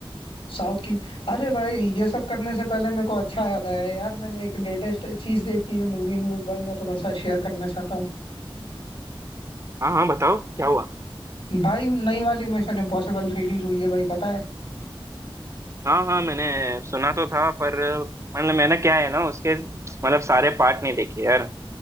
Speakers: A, on the left; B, on the right.
A: साउथ की अरे भाई ये सब करने से पहले मेरे को अच्छा याद आया यार मैंने एक लेटेस्ट चीज देखी है मूवी न्यूज भाई मैं तुम्हारे साथ शेयर करना चाहता हूँ
B: हाँ हाँ बताओ क्या हुआ
A: भाई नई वाली मिशन इम्पॉसिबल रिलीज हुई है भाई पता है
B: हाँ हाँ मैंने सुना तो था पर मतलब मैंने क्या है ना उसके मतलब सारे पार्ट नहीं देखे यार